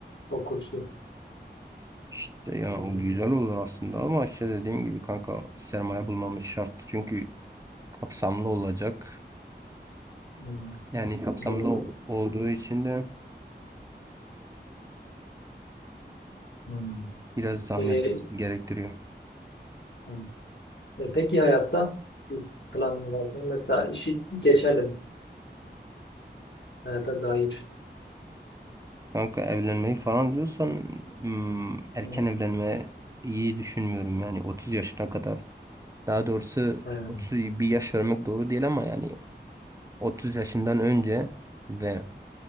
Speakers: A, on the left; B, on the right.
A: o kursu.
B: İşte ya o güzel olur aslında ama işte dediğim gibi kanka sermaye bulmamız şart. Çünkü kapsamlı olacak.
A: Hmm,
B: Yani kapsamlı
A: doğru.
B: o- olduğu için de
A: Hmm.
B: biraz zahmet
A: Ee,
B: gerektiriyor.
A: hmm. E, peki hayatta bir planın var mı? Mesela işi geçelim hayata dair.
B: Kanka evlenmeyi falan diyorsan hmm, erken
A: Hmm,
B: evlenme iyi düşünmüyorum yani 30 yaşına kadar. Daha doğrusu
A: hmm,
B: 30 bir yaş vermek doğru değil ama yani 30 yaşından önce ve